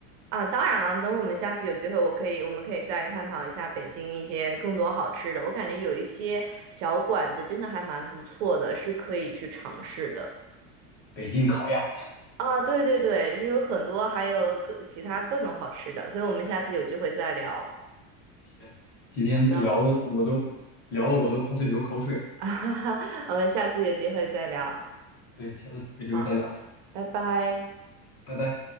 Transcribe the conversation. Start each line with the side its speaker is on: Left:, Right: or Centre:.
Right: 啊，当然了，等我们下次有机会，我可以，我们可以再探讨一下北京一些更多好吃的。我感觉有一些小馆子真的还蛮不错的，是可以去尝试的。
Left: 北京烤鸭。
Right: 啊，对对对，是有很多，还有各其他各种好吃的，所以我们下次有机会再聊。
Left: 天今天聊的我都聊的我都开始流口水，
Right: 好的，<laughs> 我们下次有机会再聊。
Left: 对，下次有机会再聊，
Right: 好，拜拜。
Left: 拜拜。